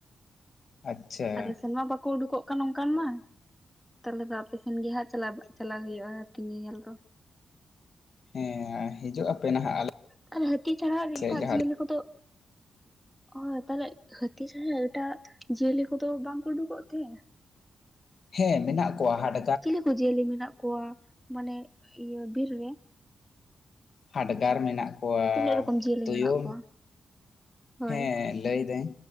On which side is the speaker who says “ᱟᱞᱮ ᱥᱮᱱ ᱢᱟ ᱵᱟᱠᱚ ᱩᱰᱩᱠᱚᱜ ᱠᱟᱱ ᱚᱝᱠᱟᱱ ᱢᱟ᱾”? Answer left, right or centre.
Centre